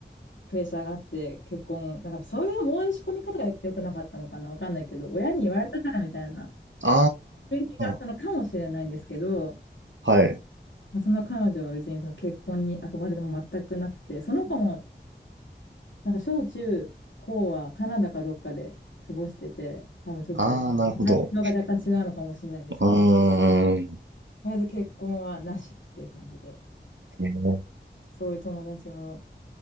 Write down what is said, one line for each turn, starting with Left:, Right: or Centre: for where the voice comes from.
Left: うプレッシャーがあって結婚、なんかそういう申し込み方が良くなかったのかなわかんないけど、親に言われたからみたいな
Right: あ
Left: 雰囲気があったのかもしれないんですけど、
Right: あ、はい。
Left: まあ、その彼女は別にその結婚に憧れでも全くなくて、その子もなんか小中高はカナダかどっかで過ごしてて、多分ちょっとマインドが若干違うのかもしれないですけど、
Right: ああ、なるほど。うーん。
Left: とりあえず結婚はなしっていう感じで、
Right: えー、
Left: そういう友達も、